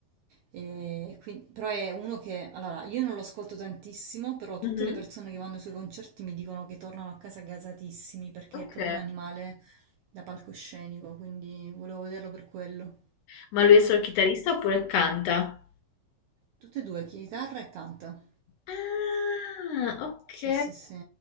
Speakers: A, on the right (about 75°); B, on the left (about 75°).
A: eh, E quindi, però è uno che, allora, io non lo ascolto tantissimo, però tutte
B: Mhm,
A: le persone che vanno ai suoi concerti mi dicono che tornano a casa gasatissimi perché
B: Ok.
A: è proprio un animale da palcoscenico, quindi volevo vederlo per quello.
B: Ma lui è solo chitarrista oppure canta?
A: Tutte e due, chitarra e canta.
B: Ah, ok.
A: Sì, sì, sì.